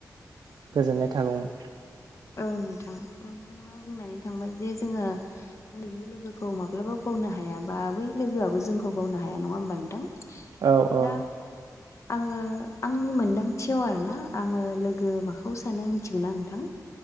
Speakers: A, on the left; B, on the right.
A: <unintelligible>
B: गोजोननाय थागौमोन
A: औ नोंथां नोंथांङा बुंनानै थांबाय जे जोंङो उन्दैनि लोगोखौ माब्लाबो बावनो हाया बा बै लोगोआबो जोंखौ बावनो हाया नंङा होमबा नोंथां?
B: औ औ
A: दा आंङो आंनि मोनदांथियाव आरोना आंङो लोगो मा खौ सानो मिथिगौना नोंथां